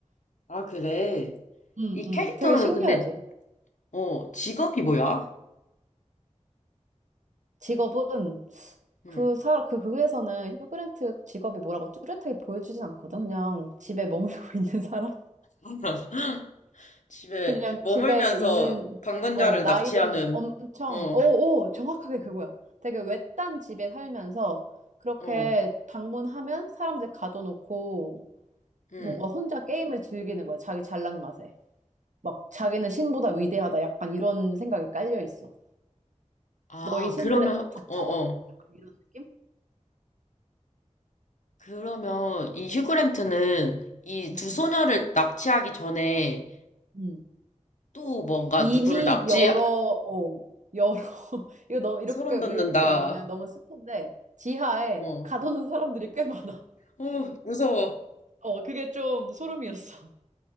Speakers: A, on the left; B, on the right.
A: 아, 그래.
B: 응,
A: 이
B: 응.
A: 캐릭터는
B: 되게 신기하지?
A: 근데, 어, 직업이 뭐야?
B: 직업은 그
A: 응.
B: 사, 그 극에서는 휴그랜트 직업이 뭐라고 뚜렷하게 보여주진 않거든. 그냥 집에 머물고 <laughs> 있는 사람?
A: <laughs> 집에
B: 그냥
A: 머물면서
B: 집에 있는,
A: 방문자를
B: 어, 나이든
A: 납치하는,
B: 엄청,
A: 어,
B: 오, 오, 정확하게 그거야. 되게 외딴 집에 살면서 그렇게
A: 어,
B: 방문하면 사람들 가둬놓고
A: 응.
B: 뭔가 혼자 게임을 즐기는 거야. 자기 잘난 맛에. 막 자기는 신보다 위대하다. 약간 이런 생각이 깔려 있어.
A: 아,
B: 너희 신들은
A: 그러면,
B: 다 가짜다.
A: 어, 어.
B: 약간 이런 느낌?
A: 그러면 이 휴그랜트는 이
B: 음,
A: 두 소녀를
B: 음,
A: 납치하기 전에
B: 음.
A: 또 뭔가
B: 이미
A: 누구를 납치,
B: 여러, 어, 여러, <laughs> 이거 너무, 이렇게,
A: 소름 돋는다.
B: 이렇게 말하면 너무 스폰데 지하에
A: 어,
B: 가둬놓은 사람들이 꽤 많아.
A: 어, 무서워.
B: 어, 그게 좀 소름이었어.